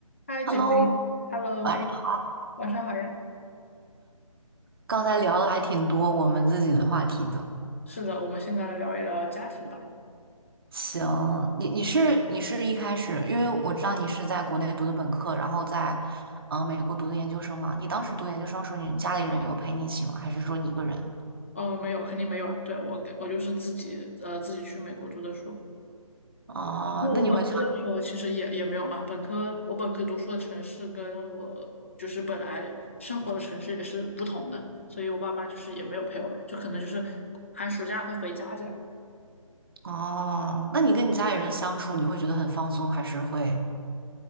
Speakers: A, on the left (about 20°); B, on the right (about 40°).
A: 嗨，姐妹，Hello，
B: Hello，晚上
A: 晚上好呀。
B: 刚才聊的还挺多我们自己的话题的。
A: 是的，我们现在来聊一聊家庭吧。
B: 行，你你是你是一开始，因为我知道你是在国内读的本科，然后在呃美国读的研究生嘛。你当时读研究生的时候，你家里人有陪你一起吗？还是说你一个人？
A: 呃，没有，肯定没有啊。对，我给我就是自己呃自己去美国读的书。
B: 哦，
A: 不过我本科的时候其实也也没有嘛。
B: 那你会想，
A: 本科我本科读书的城市跟我就是本来生活的城市也是不同的，所以我爸妈就是也没有陪我吧，就可能就是寒暑假会回家这样。
B: 哦，那你跟你家里人相处，你会觉得很放松，还是会？